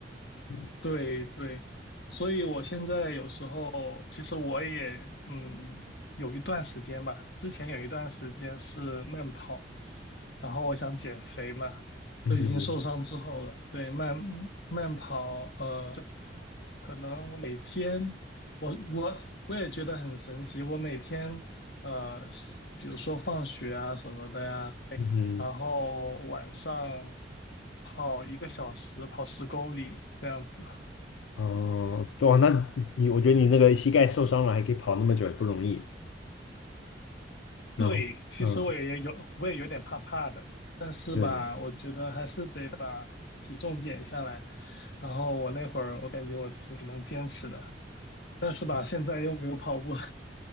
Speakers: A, on the left; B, on the left.
A: 嗯
B: 对对，所以我现在有时候，其实我也嗯，有一段时间吧，之前有一段时间是慢跑，然后我想减肥嘛，
A: 嗯哼
B: 就已经受伤之后了，对，慢慢跑，呃。可能每天，我我我也觉得很神奇。我每天，呃，比如说放学啊什么的呀，
A: 嗯哼，
B: 然后晚上跑一个小时，跑十公里这样子。
A: 哦、对哦，那你我觉得你那个膝盖受伤了还可以跑那么久也不容易。然后，
B: 对，其实我也有，
A: 嗯，
B: 我也有点怕怕的，但是吧，
A: 对。
B: 我觉得还是得把体重减下来。然后我那会儿，我感觉我挺能坚持的，但是吧，
A: 是。
B: 现在又没有跑步了